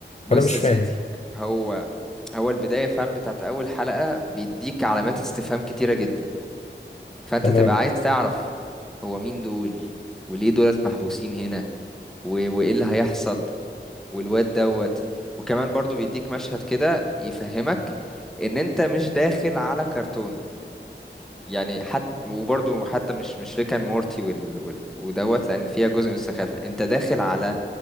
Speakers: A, in the centre; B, on the left.
A: بص
B: فانا مش
A: يا
B: فاهم
A: سيدي هو هو البداية فعلا بتاعت اول حلقة بيديك علامات استفهام كتيرة جدا فانت
B: تمام
A: تبقى عايز تعرف هو مين دول وليه دولت محبوسين هنا و- وايه اللي هيحصل والواد دوت وكمان برضو بيديك مشهد كده يفهمك ان انت مش داخل على كرتون يعني حتى وبرضو حتى مش مش ريكان مورتي وال... وال... ودوت لان فيها جزء من السخافة انت داخل على